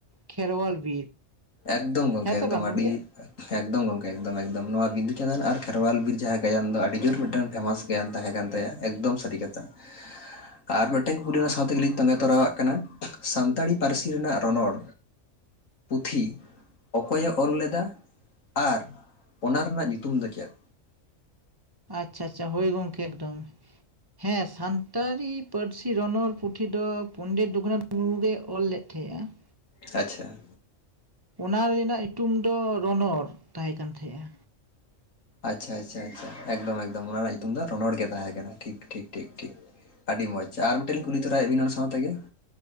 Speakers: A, on the right; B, on the left.
A: ᱠᱷᱮᱨᱣᱟᱞ ᱵᱤᱨ᱾
B: ᱮᱠᱫᱚᱢ ᱜᱚᱝᱠᱮ
A: ᱦᱮᱸ ᱥᱮ
B: ᱮᱠᱫᱚᱢ
A: ᱵᱟᱝ
B: ᱟᱹᱰᱤ
A: ᱜᱚᱝᱠᱮ
B: ᱮᱠᱫᱚᱢ ᱜᱚᱝᱠᱮ ᱮᱠᱫᱚᱢ ᱮᱠᱫᱚᱢ ᱱᱚᱣᱟ ᱵᱤᱫᱩ ᱪᱟᱸᱫᱟᱱ ᱟᱨ ᱠᱷᱮᱨᱣᱟᱞ ᱵᱤᱨ ᱡᱟᱦᱟᱸ ᱜᱟᱭᱟᱱ ᱫᱚ ᱟᱹᱰᱤ ᱡᱳᱨ ᱢᱤᱫᱴᱟᱝ ᱯᱷᱮᱢᱟᱥ ᱜᱮᱭᱟᱱ ᱛᱟᱦᱮᱸ ᱠᱟᱱ ᱛᱟᱭᱟ ᱮᱠᱫᱚᱢ ᱥᱟᱹᱨᱤ ᱠᱟᱛᱷᱟ ᱾ ᱟᱨ ᱢᱤᱫᱴᱮᱱ ᱠᱩᱠᱞᱤ ᱚᱱᱟ ᱥᱟᱶᱛᱮ ᱜᱮᱞᱤᱧ ᱛᱚᱸᱜᱮ ᱛᱚᱨᱟᱣᱟᱜ ᱠᱟᱱᱟ ᱥᱟᱱᱛᱟᱲᱤ ᱯᱟᱹᱨᱥᱤ ᱨᱮᱱᱟᱜ ᱨᱚᱱᱚᱲ ᱛᱷᱤ ᱚᱠᱚᱭ ᱮ ᱚᱞ ᱞᱮᱫᱟ ᱟᱨ ᱚᱱᱟ ᱨᱮᱱᱟᱜ ᱧᱩᱛᱩᱢ ᱫᱚ ᱪᱮᱫ?
A: ᱟᱪᱪᱷᱟ ᱟᱪᱪᱷᱟ ᱦᱳᱭ ᱜᱚᱝᱠᱮ ᱮᱠᱫᱚᱢ ᱾ ᱦᱮᱸ ᱥᱟᱱᱛᱟᱲᱤ ᱯᱟᱹᱨᱥᱤ ᱨᱚᱱᱚᱲ ᱯᱩᱛᱷᱤ ᱫᱚ ᱯᱚᱱᱰᱤᱛ ᱨᱚᱜᱷᱩᱱᱟᱛᱷ ᱢᱩᱨᱢᱩ ᱜᱮ ᱚᱞ ᱞᱮᱫ ᱛᱷᱮᱼᱟ ᱾
B: ᱟᱪᱪᱷᱟ ᱾
A: ᱚᱱᱟ ᱨᱮᱱᱟᱜ ᱤᱩᱛᱩᱢ ᱫᱚ ᱨᱚᱱᱚᱲ ᱛᱟᱦᱮᱸ ᱠᱟᱱ ᱛᱟᱦᱮᱫᱼᱟ᱾
B: ᱟᱪᱪᱷᱟ ᱟᱪᱪᱷᱟ ᱟᱪᱪᱷᱟ ᱮᱠᱫᱚᱢ ᱮᱠᱫᱚᱢ ᱚᱱᱟ ᱨᱮᱱᱟᱜ ᱧᱩᱛᱩᱢ ᱫᱚ ᱨᱚᱱᱚᱲ ᱜᱮ ᱛᱟᱦᱮᱸ ᱠᱟᱱᱟ ᱴᱷᱤᱠ ᱴᱷᱤᱠ ᱴᱷᱤᱠ ᱴᱷᱤᱠ ᱾ ᱟᱹᱰᱤ ᱢᱚᱡᱽ ᱟᱨ ᱢᱤᱫᱴᱮᱱ ᱞᱤᱧ ᱠᱩᱞᱤ ᱛᱚᱨᱟᱭᱮᱫ ᱵᱤᱱᱟ ᱚᱱᱟ ᱥᱟᱶ ᱛᱮᱜᱮ